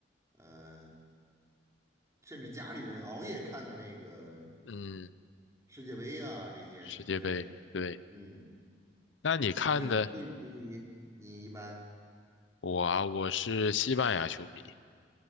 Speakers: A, on the right; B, on the left.
A: 呃，甚至家里人熬夜看的那个
B: 嗯，
A: 世界杯呀、这些，
B: 世界杯，
A: 对，
B: 对，
A: 嗯，
B: 那你看的
A: 你是哪队球迷？你一般
B: 我啊，我是西班牙球迷，